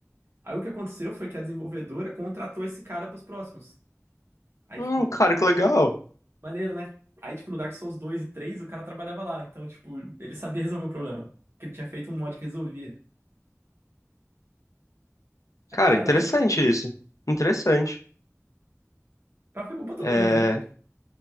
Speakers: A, on the right; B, on the left.
A: Aí o que aconteceu foi que a desenvolvedora contratou esse cara pros próximos. Aí,
B: Hum,
A: tipo,
B: cara, que legal.
A: maneiro, né? Aí, tipo, no Dark Souls dois e três o cara trabalhava lá, então, tipo, ele sabia resolver o problema. Porque ele tinha feito um mod que resolvia. É
B: Cara,
A: da hora,
B: interessante
A: né?
B: isso. Interessante.
A: Então foi bom pra todo
B: É,
A: mundo, né?